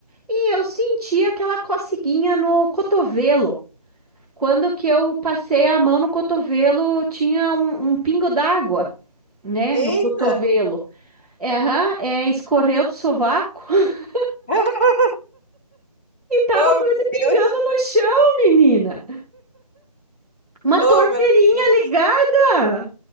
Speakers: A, in the centre; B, on the left.
A: e eu senti aquela coceguinha no cotovelo. Quando que eu passei a mão no cotovelo, tinha um um pingo d'água, né,
B: Eita!
A: no cotovelo. É, aham, é, escorreu do sovaco <laughs>
B: <laughs>
A: e tava
B: Oh,
A: quase
B: meu
A: pingando
B: Deus!
A: no chão, menina. Uma
B: Oh,
A: torneirinha
B: meu Deus!
A: ligada.